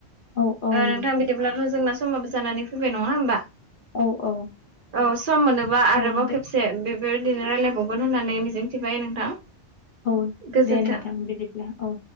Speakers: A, on the left; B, on the right.
A: औ औ
B: नोंथां बिदिब्लाथ' जोंना समाबो जानानै फैबाय नङा होमबा?
A: औ औ
B: औ सम मोनोबा
A: औ
B: आरोबाव
A: दे
B: खेबसे एसे बेफोरदिनो रायज्लायबावगोन होननानै मिजिंथिबाय नोंथां।
A: औ
B: गोजोन्थों
A: दे नोंथां बिदिब्ला औ।